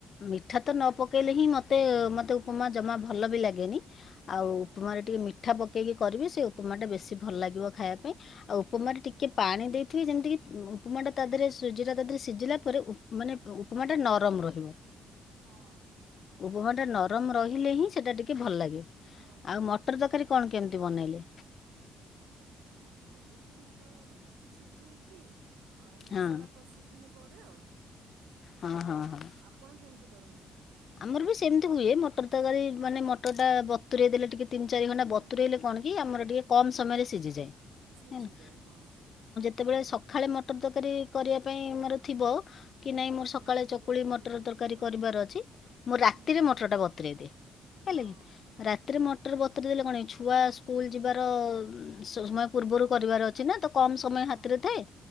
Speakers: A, on the left; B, on the right.
A: ମିଠା ତ ନ ପକେଇଲେ ହିଁ ମତେ ମତେ ଉପମା ଜମା ଭଲ ବି ଲାଗେନି। ଆଉ
B: ହଁ
A: ଉପମାରେ ଟିକେ ମିଠା ପକେଇକି କରିବେ ସେ ଉପମାଟା ବେଶୀ ଭଲ ଲାଗିବ ଖାଇବା ପାଇଁ। ଆଉ ଉପମାରେ ଟିକେ ପାଣି ଦେଇଥିବେ ଯେମିତି କି ଉଁ ଉପମା ଟା ତା ଦେହରେ ସୁଜି ଟା ତା ଦେହରେ ସିଝିଲା ପରେ ଉ ମାନେ ଉପମା ଟା ନରମ ରହିବ।
B: ହଁ। ହଁ
A: ଉପମା ଟା ନରମ ରହିଲେ ହିଁ ସେଟା ଟିକେ ଭଲ ଲାଗେ
B: ଭଲ
A: ଆଉ
B: ଲାଗିବ
A: ମଟର
B: ହଁ
A: ତରକାରୀ କଣ କେମି ବନେଇଲେ।
B: ମଟର ମଟର ତରକାଡୀ ସେ ମଟର ଆଡୁ ସିଝେଇକି ଆଉ ମସଲା
A: ହଁ
B: କଷିକି ମୁଁ କରେ ଆଉ
A: ହଁ ହଁ ହଁ।
B: ଆପଣ କେମତି କରନ୍ତି?
A: ଆମର ବି ସେମତି ହୁଏ ମଟର ତରକାରୀ ମାନେ ମଟର ଟା ବତୁରେଇଦେଲେ ଟିକେ ତିନି ଚାରି ଘଣ୍ଟା
B: ହୁଁ
A: ବତୁରେଇଲେ
B: ହୁଁ
A: କଣ କି ଆମର ଟିକେ କମ୍ ସମୟରେ ସିଝିଯାଏ।
B: ସିଝିଯାଏ
A: ହେଲା
B: ହଁ।
A: ଯେତେବେଳେ ସଖାଳେ ମଟର ତରକାରୀ କରିବା ପାଇଁ ଆମର ଥିବ। କି ନାଇଁ ମୋର ସକାଳେ
B: ରାତିରେ
A: ଚକୁଳି
B: ବତୁରେଇ
A: ମଟର
B: ଦେଉଥିବେ
A: ତରକାରୀ
B: ଆଉ
A: କରିବାର ଅଛି। ମୁଁ ରାତିରେ
B: ହୁଁ
A: ମଟର ଟା ବତୁରେଇଦିଏ
B: ହଁ
A: ହେଲା କି
B: ହଁ
A: ରାତିରେ ମଟର ବ ତୁରେଇଦେଲେ କଣ କି ଛୁଆ ସ୍କୁଲ ଯିବାର ସ ସମୟ ପୂର୍ବରୁ କରିବାର ଅଛି ନା ତ କମ୍ ସମୟ
B: ହଁ
A: ହାତରେ ଥାଏ